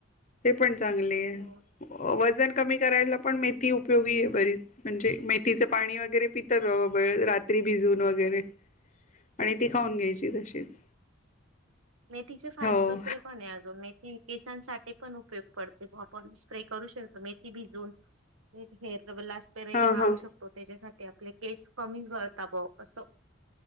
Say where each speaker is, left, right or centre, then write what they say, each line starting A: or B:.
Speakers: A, on the left; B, on the right.
A: ते पण चांगले
B: हो
A: वजन कमी करायला पण मेथी उपयोगी आहे बरीच म्हणजे मेथीच पाणी वगैरे पितात बाबा रात्री बिजून वगैरे
B: <unintelligible>
A: आणि ती खाऊन घ्यायची तशीच
B: नाही तिचे फाये
A: हो
B: दुसरेण अजून मी केसांसाठी पण उपयोग पडते आपण स्प्रे करू शकतो मेथी भिजूनर लाट पेरे
A: हां,
B: मारू
A: हां.
B: शकतो त्याच्यासाठी आपले केस कमी गळता ब असं